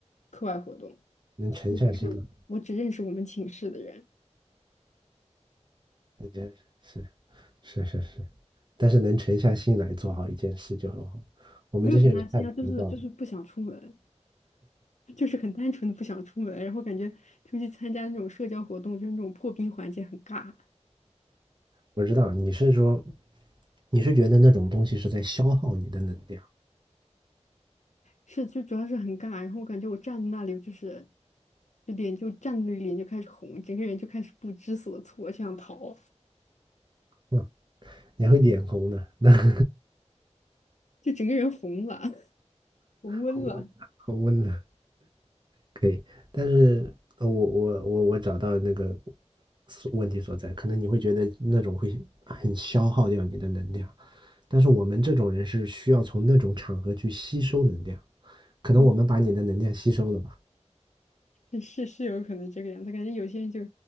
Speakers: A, on the left; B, on the right.
A: 课外活动，
B: 能沉下心来，
A: 所以就是我只认识我们寝室的人，
B: 那真是是是是，但是能沉下心来做好一件事就很好。我们这些人太浮躁了，
A: 没有参加参加，就是就是不想出门，<laughs> 就是很单纯的不想出门，然后感觉出去参加那种社交活动，就是那种破冰环节很尬，
B: 我知道你是说你是觉得那种东西是在消耗你的能量，
A: 是就主要是很尬，然后我感觉我站在那里就是就脸就站在那里脸就开始红，整个人就开始不知所措，就想逃，
B: 嗯，你还会脸红呢，那 <laughs>
A: 就整个人红了，<laughs> 红温了。
B: 恒温的，恒温的可以，但是呃我我我我找到那个所问题所在，可能你会觉得那种会很消耗掉你的能量，但是我们这种人是需要从那种场合去吸收能量，可能我们把你的能量吸收了吧？
A: <laughs> 是是有可能这个样子，感觉有些人就